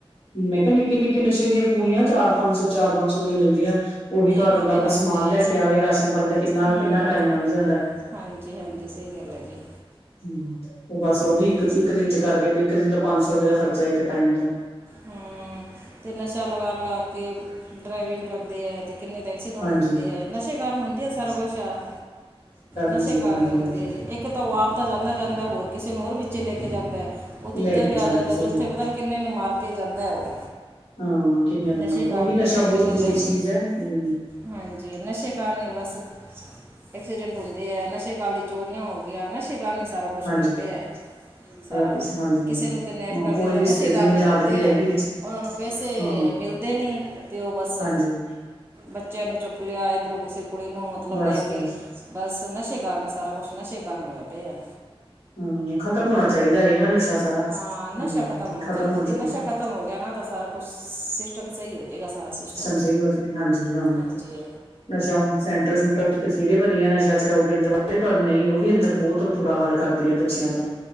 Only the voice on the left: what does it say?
ਮੈਂ ਕੇਆ ਨਿੱਕੇ-ਨਿੱਕੇ ਨਸ਼ੇ ਜੇ, ਪੁੜੀਆਂ ਚਾਰ ਪੰਜ ਸੌ -ਚਾਰ ਪੰਜ ਸੌ ਦੀਆਂ ਮਿਲਦੀਆਂ, ਓਹੀ ਘਰ
ਬੰਦਾ ਆਪਣਾ
ਸਮਾਨ ਲੈ ਕੇ ਆਵੇ ਰਾਸ਼ਨ, ਪਾਣੀ ਦਾ ਕਿੰਨਾ
-ਕਿੰਨਾ ਟਾਈਮ ਲੰਘ ਜਾਂਦਾ,
ਠੀਕ ਐ, ਤੇ ਬਸ ਉਹ
ਵੀ ਇੱਕ, ਇੱਕ ਦਿਨ ਚ ਕਰਦੇ ਇੱਕ ਦਿਨ ਦਾ ਪੰਜ ਸੌ ਰੁਪਏ ਦਾ ਖਰਚਾ ਇੱਕ ਟਾਈਮ ਦਾ,
ਹਾਂਜੀ
ਹੁੰਦੀ
ਹਾਂਜੀ
ਹਾਂਜੀ
ਲੈ ਕੇ
ਸਹੀ
ਗੱਲ
ਹਾਂ ਕਿੰਨਿਆਂ ਨੂੰ
ਮਾਰ ਕੇ
ਉਹੀ ਨਸ਼ਾ
ਬਹੁਤ
ਬੁਰੀ
ਚੀਜ਼ ਹੈ ਹੁ,
ਹਾਂਜੀ
ਕੁਛ ਹਾਂਜੀ
ਹਾਂਜੀ
ਹਾਂ
ਕੋਈ
ਰਿਸ਼ਤੇ
ਦੀ ਬੁਨਿਆਦ
ਨਹੀਂ
ਰਹਿ ਗਈ ਵਿੱਚ
ਹਾਂ
ਹਾਂਜੀ
ਬਸ
ਬਸ
ਹਮ ਖਤਮ ਹੋਣਾ ਚਾਹੀਦਾ ਏ ਨਾ ਨਸ਼ਾ ਸਾਰਾ
ਹਮ ਖਤਮ ਹੋਣਾ
ਚਾਹੀਦਾ।
ਸਹੀ ਹੋ ਜਾਵੇ ਹਾਂਜੀ ਹਾਂ
ਨਸ਼ਾ ਮੁਕਤ ਸੈਂਟਰ ਸੂਟਰ ਬਥੇਰੇ ਬਨੇ ਆ, ਨਸ਼ਾ ਛੁਡਾਊ ਕੇਂਦਰ ਪਰ ਨਹੀਂ ਉਹ ਵੀ ਅੰਦਰ ਬੋਤ, ਬੁਰਾ ਹਾਲ ਕਰਦੇ ਆ ਬੱਚਿਆਂ ਦਾ,